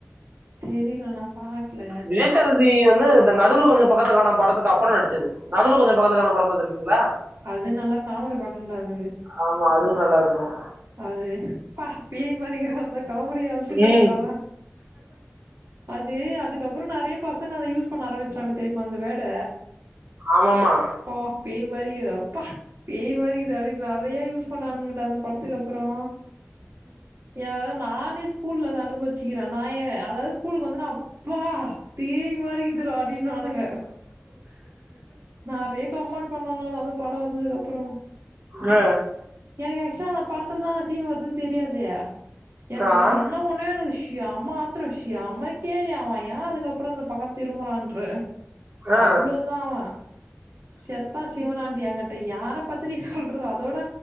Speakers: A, on the right (about 75°); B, on the right (about 40°).
A: தெரில நா பாக்கல
B: விஜய் சேதுபதி வந்து இந்த நடுவுல கொஞ்சம் பக்கத்த கானும் படத்துக்கு அப்புறம் நடிச்சது நடுவுல கொஞ்சம் பக்கத்தக்கானும் படம் பாத்துருக்கீங்களா
A: அது நல்லா காமெடி படம்டா அது
B: ஆமா அதுவு நல்லா இருக்கனோ
A: அது பா பேய் மாரி கிற அந்த காமெடி அல்டிமேட்ராலா
B: ம்
A: அது அதுக்கப்புறோ நறைய பசங்க அத யூஸ் பண்ண ஆரம்பிச்ட்டாங்க தெரியுமா அந்த வேர்ட
B: ஆமாமா
A: ப்பா பேய் மாரிகீது அப்பா பேய் மாரிகீது அடே நறையா யூஸ் பண்ணானுங்க அந்த படத்தக்கு அப்பறோ ஏன்னா நானே ஸ்கூல்ல அத அனுபவிச்சிக்கிறே நாயே அதாவது ஸ்கூலுக்கு வந்தநா ப்பா பேய் மாறிக்குதுடா அப்டீன்னுவானுங்க நறையா கமெண்ட் பண்ணுவானுங்கடா அதுவு படோ வந்ததுக்கப்புறோ
B: அ
A: எனக்கு ஆக்சல அந்த படத்துலதா அந்த சீன் வருதுன்னு தெரியாதே என்ன
B: ஆ
A: சொன்ன ஒன்னே எனக்கு செயமாத் ஷியம கேள்வி அவ ஏ அதுக்கப்புறோ இந்த பக்கோ திரும்புறான்ற
B: ஆ
A: அவ்ளோதா அவ செத்தா சிவனாண்டி எங்கிட்ட யார பத்தி நீ சொல்ற அதோட